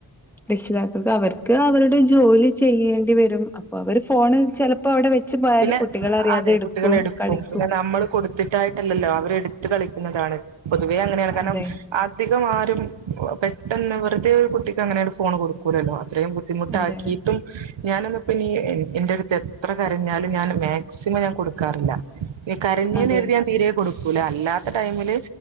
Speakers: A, in the centre; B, on the right (about 85°).
A: രക്ഷിതാക്കൾക്ക് അവർക്ക് അവരുടെ ജോലി ചെയ്യേണ്ടി വരും അപ്പൊ അവര് ഫോണ് ചെല അപ്പൊ അവിടെ വെച്ച് പോയാല്
B: പിന്നെ
A: കുട്ടികളറിയാതെ
B: അതെ
A: എടുക്കും
B: കുട്ടികൾ
A: കളിക്കും
B: പിന്നെ നമ്മൾ കൊടുത്തിട്ടായിട്ടല്ലല്ലോ അവരെടുത്ത് കളിക്കുന്നതാണ് പൊതുവേ അങ്ങനെയാണ് കാരണം
A: അതെ
B: അധികം ആരും പെട്ടെന്ന് വെറുതെ ഒരു കുട്ടിക്ക് അങ്ങനെ ഒരു ഫോൺ കൊടുക്കൂലല്ലോ അത്രയും ബുദ്ധിമുട്ടാക്കീട്ടും
A: അതെ അതെ
B: ഞാനന്നിപ്പതിനി എന്റെടുത്ത് എത്ര കരഞ്ഞാലും ഞാൻ മാക്സിമം ഞാൻ കൊടുക്കാറില്ല കരഞ്ഞെന്നു
A: അതെ
B: കരുതി ഞാൻ തീര കൊടുക്കൂല അല്ലാത്ത ടൈമില്